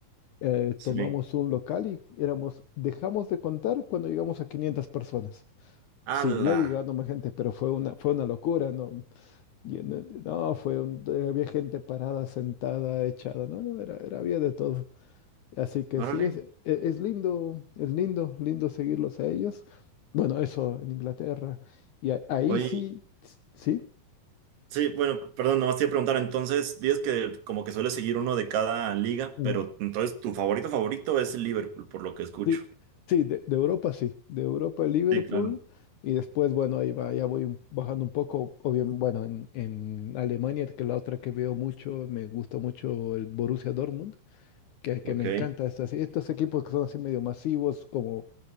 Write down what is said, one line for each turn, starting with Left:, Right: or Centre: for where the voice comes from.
Left: eh,
Right: Sí.
Left: tomamos un local y éramos, dejamos de contar cuando llegamos a 500 personas.
Right: ¡Hala!
Left: Siguió llegando más gente, pero fue una, fue una locura, ¿no? Y en- No, fue un- había gente parada, sentada, echada, ¿no? Era, era, había de todo. Así que
Right: Órale.
Left: sí, es, e- es lindo, es lindo, lindo seguirlos a ellos. Bueno, eso en Inglaterra. Y a- ahí
Right: Oye,
Left: sí, s- sí,
Right: sí, bueno, perdón, nomás te iba a preguntar. Entonces, dices que como que suele seguir uno de cada liga,
Left: Mm.
Right: pero entonces tu favorito favorito es el Liverpool, por lo que escucho.
Left: sí, sí, de, de Europa sí, de Europa Liverpool.
Right: Sí, claro.
Left: Y después, bueno, ahí va, ya voy un- bajando un poco, o bien, bueno, en, en Alemania, que la otra que veo mucho, me gusta mucho el Borussia Dortmund, que, que
Right: Ok,
Left: me encanta estos, estos equipos que son así medio masivos, como